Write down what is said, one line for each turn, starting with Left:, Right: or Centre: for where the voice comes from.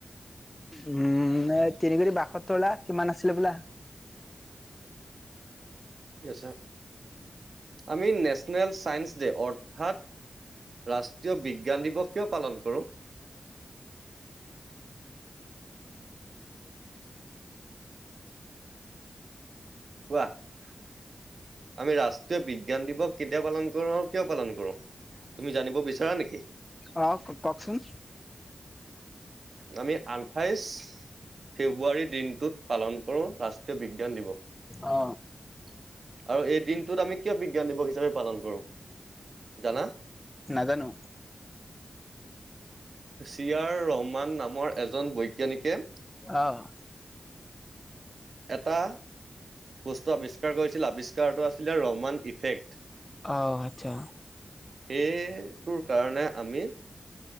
Left: উম এ তিনি কোটি বাসত্তৰ লাখ কিমান আছিলে হবলা
Right: কি আছে? আমি নেশনেলচাইন্স দে অথাৎ ৰাষ্ট্ৰীয় বিজ্ঞান দিৱস, কিয় পালন কৰো? কোৱা আমি ৰাষ্ট্ৰীয় বিজ্ঞান দিৱস কেতিয়া পালন কৰো আৰু কিয় পালন কৰো? তুমি জানিব বিচাৰা নেকি?
Left: অঁহ কওঁকচোন।
Right: আমি আঠাইশ ফেব্ৰুৱাৰী দিনটোত পালন কৰো, ৰাষ্ট্ৰীয় বিজ্ঞান দিৱস।
Left: অ
Right: আৰু এই দিনটোত আমি কিয় বিজ্ঞান দিৱস হিচাপে কৰো? জানা?
Left: নাজানো
Right: চি আৰ ৰহমান নামৰ এজন বৈজ্ঞানিকে
Left: অহ
Right: এটা বস্তু আৱিষ্কাৰ কৰিছিল আৱিষ্কাৰটো আছিলে ৰহমান ইফেক্ট
Left: অ আচ্ছা
Right: সেটোৰ কাৰণে আমি